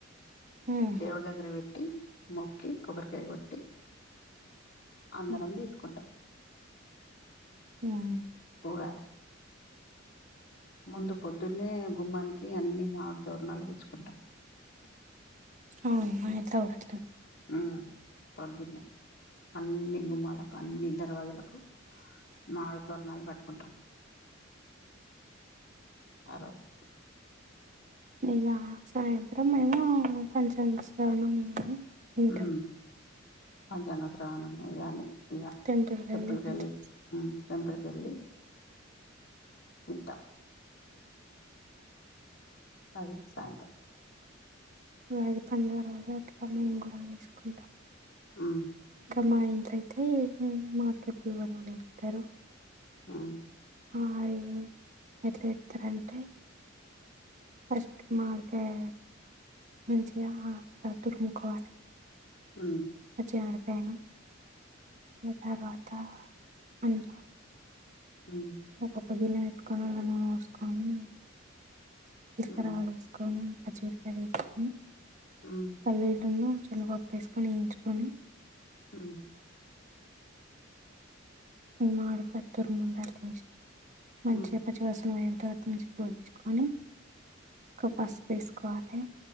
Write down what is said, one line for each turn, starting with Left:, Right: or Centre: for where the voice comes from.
Right: మ్మ్.
Left: దేవుడి దగ్గర పెట్టి మొక్కి కొబ్బరికాయ కొట్టి అందరం
Right: మ్మ్.
Left: తీసుకుంటాం
Right: మ్మ్.
Left: ఉగాది ముందు పొద్దున్నే గుమ్మానికి అన్ని మామిడి తోరణాలు గుచ్చుకుంటాం
Right: అవుమా ఎంత కూడాడ <inaudible>
Left: మ్ పొద్దున్నే అన్ని గుమ్మాలకు అన్ని దర్వాజలకు మామిడి తోరణాలు కట్టుకుంటాం ఆ రోజు
Right: ఇక సాయంత్రం మేము పంచంగ శ్రవణం వింటాం
Left: ఉమ్ పంచాంగ శ్రావణము ఇనీ ఇక
Right: టెంపుల్కి
Left: టెప్పులు
Right: వెళ్ళి పంచాంగ
Left: కళ్ళి మ్... టెంపుల్ కెళ్లి వింటాం అది సాంతం
Right: <inaudible> పండు అరటి పండు మేము కూడా వేసుకుంటాం
Left: మ్
Right: మా ఇంట్లోయితే మార్కెట్లు ఎవరో ఇస్తారు
Left: మ్
Right: మా ఇంట్లో ఎట్లా ఇస్తారంటే ఫస్ట్ మామిడి కాయ మంచిగాతురుముకోవాలి
Left: మ్
Right: జార్డ్యాన్ తర్వాత అధ <inaudible>
Left: హ్మ్.
Right: ఒకొక్క గిన్నె పెట్టుకొని అలా నూనె వేసుకోని చికరా
Left: హ్మ్.
Right: వేసుకొని పచిమిరపకాయలు వేసుకొని
Left: హ్మ్.
Right: పల్లీలను పొప్పేసుకొని వేయించుకొని
Left: మ్
Right: <unintelligible> దటి నుంచి
Left: హ్మ్.
Right: పోడ్ంచుకొని ఒకం పసుపు వేసుకోవాలి